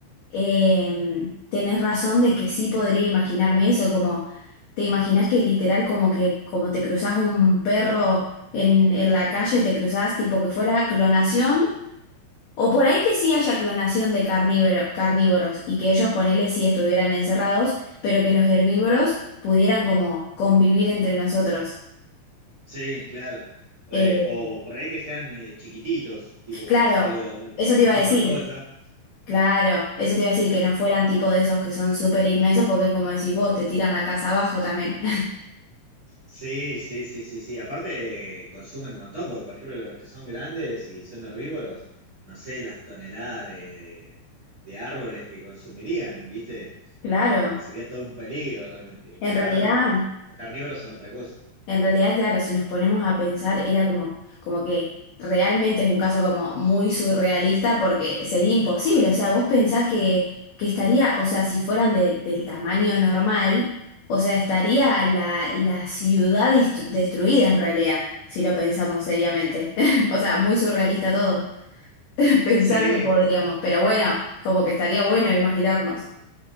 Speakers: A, on the left; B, on the right.
A: eh, tenés razón de que sí podría imaginarme eso, como te imaginás que literal como que como te cruzás un perro en, en la calle, te cruzás tipo que fuera clonación o por ahí que sí haya clonación de carnívoro- carnívoros y que ellos ponele si estuvieran encerrados, pero que los herbívoros pudieran como convivir entre nosotros.
B: sí, claro. Eh,
A: Eh,
B: o por ahí que sean eh, chiquititos, tipo como
A: claro,
B: sea algo, bueno,
A: eso te
B: tipo
A: iba a decir,
B: mascota.
A: claro, eso te iba a decir que no fueran tipo de esos que son súper inmensos porque como decís vos, te tiran la casa abajo también. <laughs>
B: Sí, sí, sí, sí, sí. Aparte consumen un montón, porque por ejemplo los que son grandes y son herbívoros, no sé, las toneladas de, de- de árboles que consumirían, ¿viste?
A: Claro,
B: Eh, sería todo un peligro realmente. Ni
A: en
B: hablar,
A: realidad...
B: bueno, los, los carnívoros son otra cosa.
A: En realidad, claro, si nos ponemos a pensar, era como, como que realmente es un caso como muy surrealista porque sería imposible. O sea, vos pensás que, que estaría, o sea, si fueran de- del tamaño normal, o sea, estaría la, la ciudad dist- destruida en realidad, si lo pensamos seriamente. <laughs> O sea, muy surrealista todo. <laughs> Pensar
B: Sí,
A: que podríamos, pero bueno, como que estaría bueno imaginarnos.